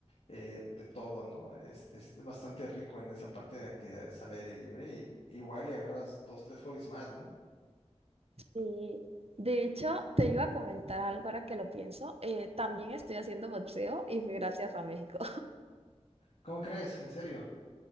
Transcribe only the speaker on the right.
Sí, de hecho, te iba a comentar algo ahora que lo pienso, eh, también estoy haciendo boxeo y fue gracias a México.